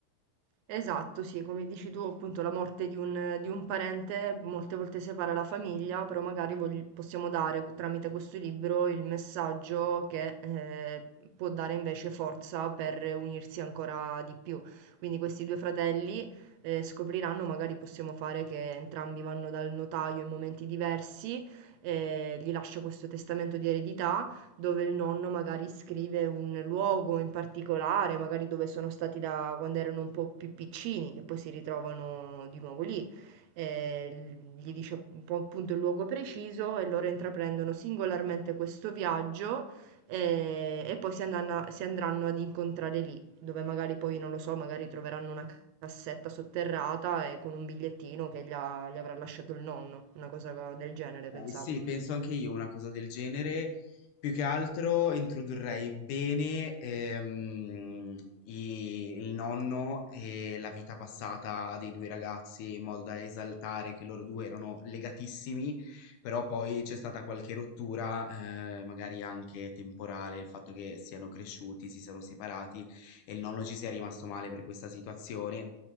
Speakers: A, on the right (about 80°); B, on the left (about 85°).
A: Esatto, sì, come dici tu, appunto, la morte di un, di un parente molte volte separa la famiglia, però magari vogl- possiamo dare tramite questo libro il messaggio che eh, può dare invece forza per unirsi ancora di più. Quindi questi due fratelli eh, scopriranno, magari possiamo fare che entrambi vanno dal notaio in momenti diversi, eh, gli lascia questo testamento di eredità dove il nonno magari scrive un luogo in particolare, magari dove sono stati da quando erano un po' più piccini, che poi si ritrovano di nuovo lì. Eh, gli dice un po' appunto il luogo preciso e loro intraprendono singolarmente questo viaggio eh, e poi si andranno, si andranno ad incontrare lì, dove magari poi, non lo so, magari troveranno una cassetta sotterrata e con un bigliettino che gli, ha- gli avrà lasciato il nonno, una cosa del genere, pensavo.
B: Ok, sì, penso anche io una cosa del genere. Più che altro introdurrei bene ehm, i- il nonno e la vita passata dei due ragazzi in modo da esaltare che loro due erano legatissimi, però poi c'è stata qualche rottura, eh, magari anche temporale, il fatto che siano cresciuti, si siano separati e il nonno ci sia rimasto male per questa situazione.